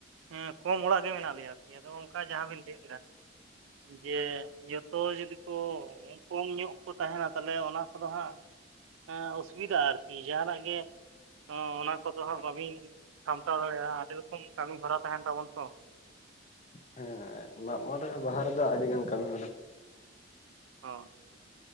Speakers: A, on the right; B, on the left.
A: ᱦᱮᱸ ᱠᱚᱢ ᱚᱲᱟᱜ ᱜᱮ ᱢᱮᱱᱟᱜ ᱞᱮᱭᱟ ᱟᱨᱠᱤ ᱟᱫᱚ ᱚᱱᱠᱟ ᱡᱟᱦᱟᱸᱵᱤᱱ ᱞᱟᱹᱭ ᱠᱮᱫᱟ᱾ ᱡᱮ ᱡᱚᱛᱚ ᱡᱩᱫᱤ ᱠᱚ ᱠᱚᱢ ᱧᱚᱜ ᱠᱚ ᱛᱟᱦᱮᱱᱟ ᱛᱟᱦᱚᱞᱮ ᱚᱱᱟ ᱠᱚᱫᱚ ᱦᱟᱸᱜ ᱦᱟᱸ ᱚᱥᱩᱵᱤᱫᱷᱟ ᱟᱨᱠᱤ ᱡᱟᱦᱟᱱᱟᱜ ᱜᱮ ᱚᱱᱟ ᱠᱚᱫᱚ ᱦᱟᱸᱜ ᱵᱟᱹᱵᱤᱱ ᱥᱟᱢᱴᱟᱣ ᱫᱟᱲᱮᱭᱟᱜᱼᱟ ᱟᱹᱰᱤ ᱨᱚᱠᱚᱢ ᱠᱟᱹᱢᱤᱦᱚᱨᱟ ᱛᱟᱦᱮᱱ ᱛᱟᱵᱚᱱ ᱛᱚ᱾
B: ᱦᱮᱸ ᱢᱟᱜ ᱢᱚᱬᱮ ᱵᱟᱦᱟ ᱨᱮᱫᱚ ᱟᱹᱰᱤ ᱜᱟᱱ ᱠᱟᱹᱢᱤ ᱢᱮᱱᱟᱜ᱾
A: ᱦᱳᱭ,